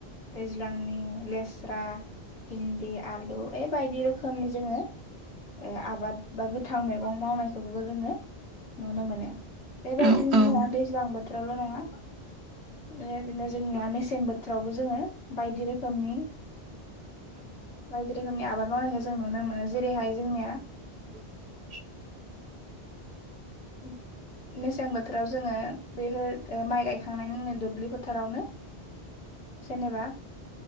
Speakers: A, on the left; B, on the right.
A: दैज्लांनि लेस्रा भिन्दि आलु ए बायदि रोखोमनि जोङो ए आबाद बा गोथां मैगं मावनायखौबो जोङो नुनो मोनो बेबायदिनो
B: औ औ
A: जोंहा दैज्लां बोथोरावल' नङा बेबायदिनो जोंनिया मेसें बोथोरावबो जोङो बायदि रोखोमनि बायदि रोखोमनि आबाद मावनायखौ जों नुनो मोनो जेरैहाय जोंनिया
B: <inaudible>
A: उम। मेसें बोथोराव जोङो बेफोर ओ माइ गायखांनायनि उनाव दुब्लि फोथारावनो जेनेबा